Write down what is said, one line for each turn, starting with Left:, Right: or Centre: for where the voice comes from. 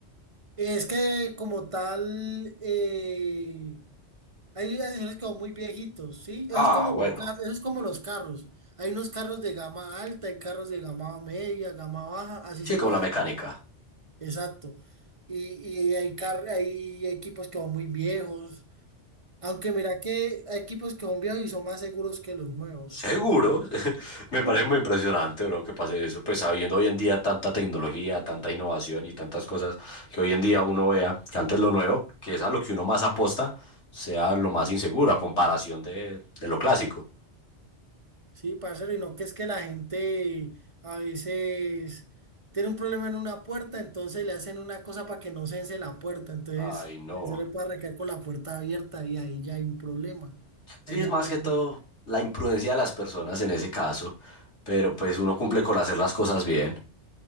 Right: Es que como tal, eh, hay asesores que son muy viejitos, ¿sí?
Left: Ah,
Right: Eso es como
Left: bueno.
Right: los carros, eso es como los carros. Hay unos carros de gama alta, hay carros de gama media, gama baja, así
Left: Sí,
Right: son
Left: como
Right: los...
Left: la mecánica.
Right: Exacto. Y, y hay, car- hay equipos que son muy viejos. Aunque mira que hay equipos que son viejos y son más seguros que los nuevos.
Left: Seguro,
Right: ¿Para que
Left: <laughs> me parece
Right: Uh,
Left: muy impresionante, bro, que pase eso, pues sabiendo hoy en día tanta tecnología, tanta innovación y tantas cosas que hoy en día uno vea, que antes lo nuevo, que es a lo que uno más aposta, sea lo más inseguro a comparación de, de lo clásico.
Right: sí, parcero, y no que es que la gente a veces tiene un problema en una puerta, entonces le hacen una cosa para que no cese la puerta. Entonces
Left: Ay, no.
Right: se le puede recaer con la puerta abierta y ahí ya hay un problema.
Left: Sí,
Right: Ahí
Left: es
Right: ya
Left: más
Right: puede.
Left: que todo la imprudencia de las personas en ese caso, pero pues uno cumple con hacer las cosas bien.